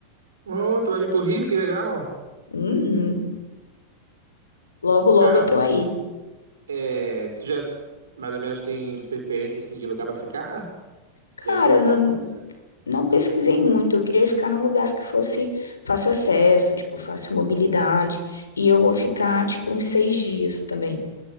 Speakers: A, on the right (about 70°); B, on the left (about 75°).
A: Ô, tu vai vir pro Rio, que legal.
B: Uhum. Logo, logo
A: Cara,
B: eu
A: assim,
B: tô aí.
A: é, tu já mais ou menos tem preferência assim de lugar pra ficar?
B: Cara,
A: Já viu alguma
B: não,
A: coisa?
B: não pesquisei muito. Eu queria ficar no lugar que fosse fácil acesso, tipo, fácil mobilidade. E eu vou ficar, tipo, uns seis dias também.